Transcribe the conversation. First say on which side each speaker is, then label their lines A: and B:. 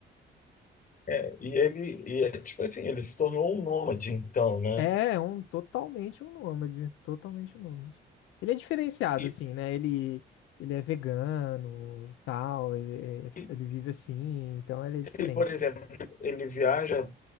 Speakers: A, on the left; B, on the left.
A: é, e ele, e é, tipo assim, ele se tornou um nômade, então, né?
B: É, é um totalmente um nômade, totalmente um nômade. Ele é diferenciado
A: E
B: assim, né? Ele ele é vegano, tal, ele, é-
A: e
B: ele vive assim, então ele é diferente.
A: ele, por exemplo, ele viaja,